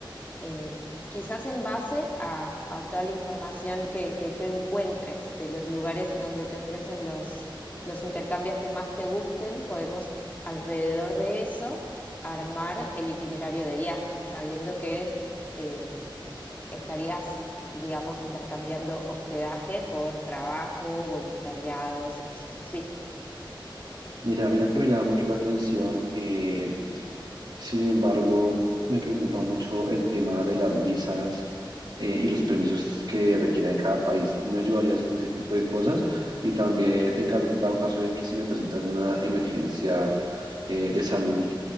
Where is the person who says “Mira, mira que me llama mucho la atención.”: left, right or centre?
Right